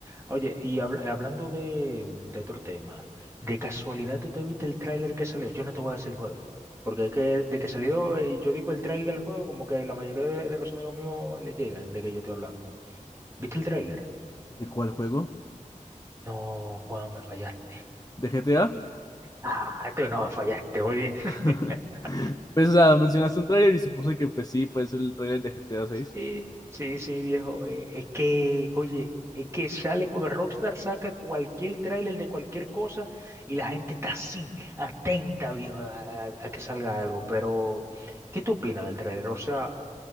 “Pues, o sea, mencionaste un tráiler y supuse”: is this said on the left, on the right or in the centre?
Left